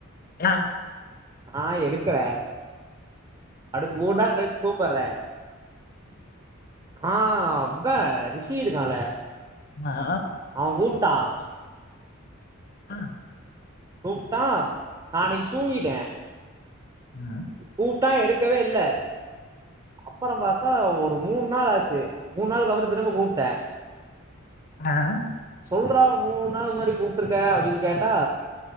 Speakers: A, on the left; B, on the right.
A: என்னாஹ்
B: ஆஹ் இருக்கறே அடுத் மூனு நாள் கழிச் கூப்பட்ற ஆஹ் அவ்ப ரிஷி இருகான்ல
A: ஆமா
B: அவஹ் கூப்டான்
A: அஹ்
B: கூப்ட்டா நா அன்னைக்கி தூங்கிட்டே
A: ஹ
B: கூப்ட்டா எடுக்கவே இல்ல அப்பற பாத்தா ஒரு மூன் நாள் ஆச்சு மூன் நாள் கபர திரும்ப கூப்ட்டே
A: அஹ்
B: சொல்றா மூணு நாள் முன்னாடி கூப்டுருக்க அப்டின் கேட்டா